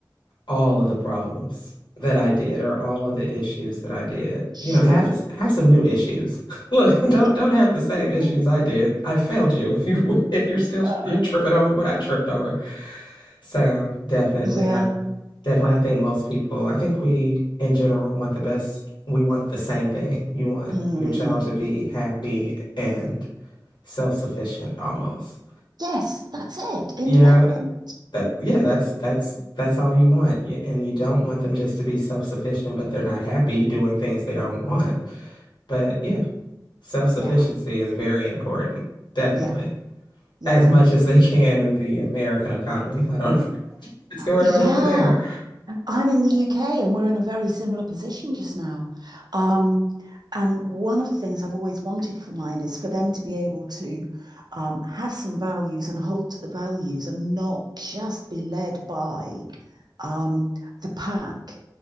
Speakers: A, on the left; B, on the right.
A: all of the problems that I did or all of the issues that I did.
B: sure.
A: You know, have have some new issues. <laughs> Look, don't
B: <laughs>
A: don't have the same issues
B: I
A: I did. I failed you if you <laughs> if you're still
B: don't
A: you're
B: know.
A: tripping over what I tripped over. So definitely,
B: Yeah.
A: I definitely I think most people, I think we in general want the best. We want the same thing. You want
B: Mm,
A: your child to be happy and self-sufficient almost.
B: yes, that's it. Independent.
A: You know, that yeah, that's that's that's all you want. Y- And you don't want them just to be self-sufficient, but they're not happy doing things they don't want. But yeah, self-sufficiency
B: Yeah,
A: is very important. Definitely.
B: yeah, yeah.
A: As much as they can in the American economy. I don't <laughs> know what's going
B: Yeah.
A: on over there.
B: I'm in the UK and we're in a very similar position just now. Um, and one of the things I've always wanted for mine is for them to be able to um, have some values and hold to the values and not just be led by um, the pack.